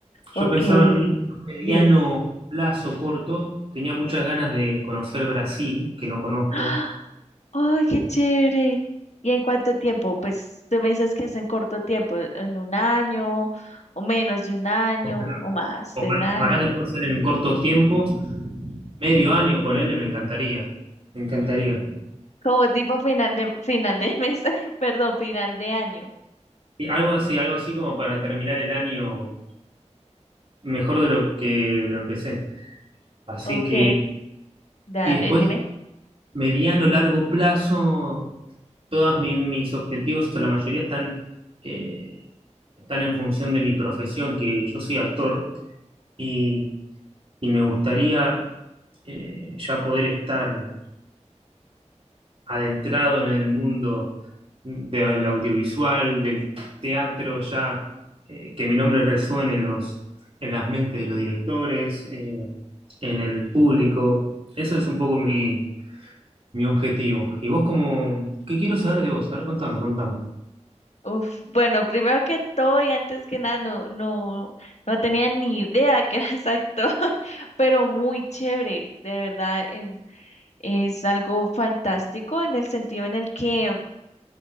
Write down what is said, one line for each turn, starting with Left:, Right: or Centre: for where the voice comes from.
Left: okay,
Right: Yo pensaba en un, en un mediano
Left: dime.
Right: plazo corto, tenía muchas ganas de conocer Brasil, que no conozco,
Left: <gasps> ¡Ay, qué chévere! ¿Y en cuánto tiempo? Pues tú me dices que es en corto tiempo, en un año, o menos de un año,
Right: ojalá,
Left: o más
Right: ojalá,
Left: de un año.
Right: ojalá que pueda ser en corto tiempo, medio año, ponele, me encantaría, me encantaría.
Left: Como tipo final de, final de mes, <laughs> perdón, final de año.
Right: Y algo así, algo así como para terminar el año mejor de lo que lo empecé. Así
Left: Ok,
Right: que,
Left: dale,
Right: y después,
Left: dime.
Right: mediano, largo plazo, todos mi- mis, objetivos, o la mayoría están, eh, están en función de mi profesión, que yo soy actor y, y me gustaría eh, ya poder estar. adentrado en el mundo del audiovisual, del teatro, ya eh, que mi nombre resuene en los, en las mentes de los directores, eh, en el público. Eso es un poco mi, mi objetivo. ¿Y vos cómo, qué quiero saber de vos? A ver, contame, contame.
Left: Uf, bueno, primero que todo y antes que nada, no, no, no tenía ni idea que eras actor, <laughs> pero muy chévere, de verdad, em, es algo fantástico en el sentido en el que